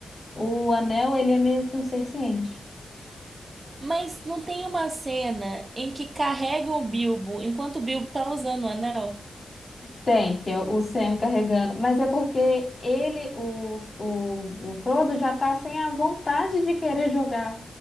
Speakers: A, on the left; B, on the right.
A: O anel, ele é meio que um ser ciente.
B: Mas não tem uma cena em que carregam o Bilbo enquanto o Bilbo tá usando o anel?
A: Tem, que é o Sam carregando. Mas é porque ele, o, o, o Frodo, já tá sem a vontade de querer jogar